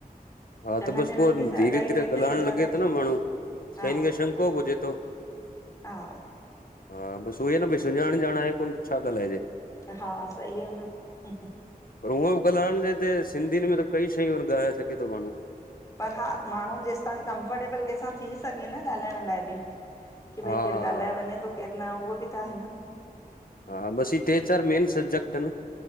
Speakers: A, on the left; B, on the left.
A: हा
B: चङनि
A: त बस
B: ॼणनि
A: पो
B: खे
A: धीर
B: त अढाई
A: धीरे
B: टे टे
A: ॻाल्हाइण
B: हज़ार
A: लॻे तो न माण्हू
B: हा
A: त हिन खे शको बि हुजे तो।
B: हा
A: हा बस उवई न भाई सुनाण ॼाण आहे कोन छा ॻालाजे।
B: हा सही आ न <unintelligible>
A: पर हूअं बि ॻालाएण जे हिते सिंधियुन में त कई शयू ॻालाए सघे थो माण्हू।
B: पर हा माण्हू जेस ताणी कंफरर्टेबल के सा थी सघे न ॻाल्हाइण लाए बि। की
A: हा
B: भई केर
A: हा
B: ॻाल्हाए वञे थो केर न उहो बि त आहे न।
A: हा बस इ टे चार मेन सब्जेक्ट अन।